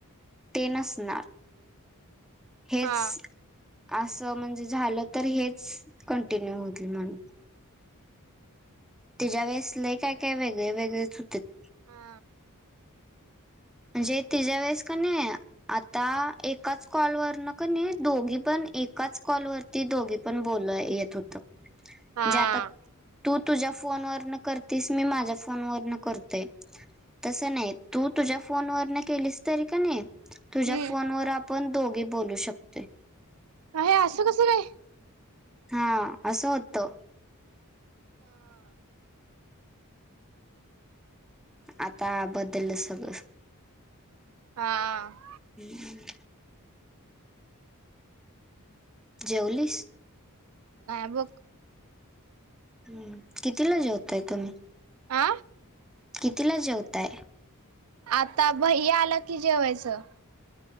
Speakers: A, in the centre; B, on the right (about 70°).
A: ते नसणार हेच
B: हा
A: आसं म्हणजे झालं तर, हेच कंटिन्यू होईल म्हणून तीज्या वेळेस लय काय-काय वेगळे वेगळेच हुतीत
B: हा
A: म्हणजे तिज्या वेळेस कणी आता एकाच कॉलवर न कनी, दोघी पण एकाच कॉलवर ती दोघी पण बोलन येत होत,
B: हा
A: जे आता तु तुझ्या फोन व न करतीस, मी माझ्या फोन वरन करतोय, तस नाही तू तुझ्या फोन वर न केलीस तरी कनी, तुझ्या
B: हम्म
A: फोन वर आपण दोघी बोलू शकतोय
B: अ हे आस कस काय.
A: हा असं होत.
B: हा
A: आता बदललं सगळं.
B: हा.
A: हम्म. जेवलीस?
B: नाही बघ.
A: हम्म, कितीला जेवताय तुम्ही?
B: आ?
A: कितीला जेवताय?
B: आता भैय्या आला की जेवायचं.